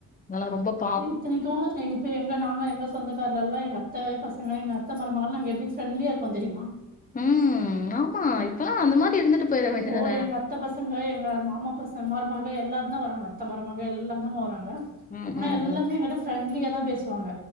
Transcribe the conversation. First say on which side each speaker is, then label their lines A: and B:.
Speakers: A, on the left; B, on the right.
A: அதலா ரொம்பப்
B: ஏ இத்தனைக் கு இப்ப எங்க நாங்க எங்க சொந்தக்காரலல்லா எங்கத்த பசங்க எங்கத்த மருமகள்லா நாங் எப்டி ஃப்ரெண்ட்லியாருக்கோந் தெரியுமா
A: ம் ஆமா இப்பலா அந்த மாரி இருந்துட்டு போயிட
B: இப்போ
A: வேண்டியதான
B: எங்கத் த பசங்க எங்க மாமா பசங் மருமக எல்லாருந்தா வராங்க அத்த மருமக எல்லாந்தமா வராங்க
A: ம்
B: ஆனா
A: ம்
B: எல்லாமே
A: ம்
B: எங்கிட்ட ஃப்ரெண்ட்லியாதா பேசுவாங்க